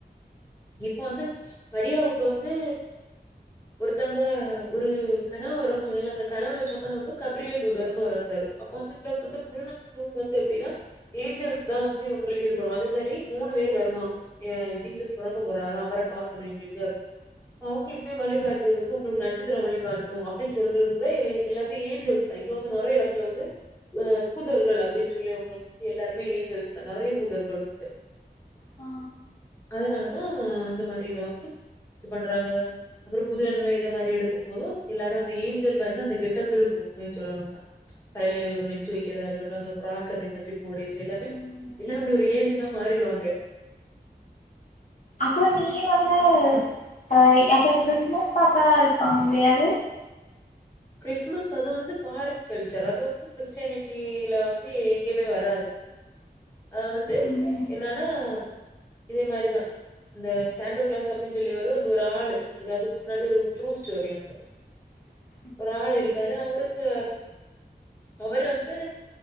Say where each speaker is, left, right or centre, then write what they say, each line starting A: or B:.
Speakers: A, on the left (about 15°); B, on the left (about 50°).
A: இப்ப வந்து மரியாவுக்கு வந்து ஒருத்தங்க ஒரு கனவு வரும்ன்னனு சொன்னில அந்த கனவுல சொன்னது வந்து கபரியல் தூதர்ன்னு ஒருத்தரு அப்ப வந்து ப்ளஸ் வந்து புள்ளன்புள் எப்டினா ஏஞ்சல்ஸ் தான் வந்து இவங்களுக்கு இது பண்ணே அதே மாரி மூன் லந்துவேர் வருவாங்க எ ஜீசஸ் பெறக்க போறாராம் அவரை பாக்கணும் எங்ளுக்கே அவுங்களுக் கு வழிகாட்டுறது வந்து உங்களுக்கு நட்சத்திர வழிகாட்டும் அப்டின்னு சொல்றது கூட எல்லாமே ஏஞ்சல் இங்க வந்து நிறைய இடத் துல வந்து அஹ் தூதர்கள் அப்டின்னு சொல்லி அவங்க வந்து எல்லாருமே ஏஞ்சல்ஸ் தான் நிறைய தூதர்கள் உண்டு
B: ஆ
A: அதனாலதான் அந்த மாதிரி இத வந்து இது பண்றாங்க அப்புறம் புதுநன்மை இத மாதிரி எடுக்கும் போதும் எல்லாரும் அந்த ஏஞ்சல் மாரிதான் அந்த கெட்டப் பிருக்கும் உண்மைய சொல்லணுன்னா கையில ஒரு நெட்டு வைக்கதா இருக்கட்டும் அந்த ஃப்ராக் அதே மாதிரி போடது எல்லாமே
B: ம்
A: எல்லாம் அப்டி ஒரு ஏஞ்சல்லா மாறிடுவாங்க
B: அப்போ நீ வந்து அ அப்போ கிறிஸ்துமஸ் தாத்தா இருக்காங்களே அது
A: கிறிஸ்துமஸ் அது வந்து ஃபாரின் கல்ச்சர் அது வந்து கிறிஸ்டானிட்டில வந்து எங்கேயுமே வராது அது வந்து
B: ம்
A: என்னன்னா இதே மாரிதான் இந்த சாண்டோ கிளாஸ் அப்டின்னு சொல்லிவொரு வந்து ஒரு ஆளு ஒரு அதுக்கு முன்னாடி ஒரு ட்ரூ ஸ்டோரி உண்டு
B: <unintelligible>
A: ஒரு ஆள் இருக்காரு அவுருக்கு அவர் வந்து